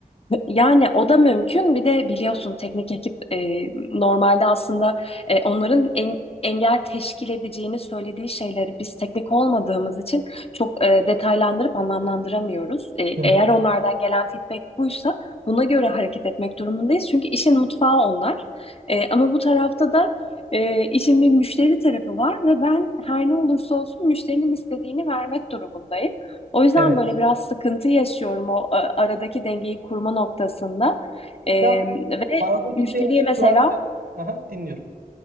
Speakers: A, on the left; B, on the right.
A: Yani o da mümkün. Bir de biliyorsun teknik ekip e, normalde aslında e, onların en, engel teşkil edeceğini söylediği şeyleri biz teknik olmadığımız için çok e, detaylandırıp anlamlandıramıyoruz. E,
B: Hı hı.
A: eğer onlardan gelen feedback buysa buna göre hareket etmek durumundayız. Çünkü işin mutfağı onlar. E, ama bu tarafta da e, işin bir müşteri tarafı var ve ben her ne olursa olsun müşterinin istediğini vermek durumundayım. O yüzden
B: Evet.
A: böyle biraz sıkıntı yaşıyorum o e, aradaki dengeyi kurma noktasında. E,
B: Ya
A: ve
B: aradaki
A: müşteriye
B: dengeyi
A: mesela
B: kurarken aha, dinliyorum.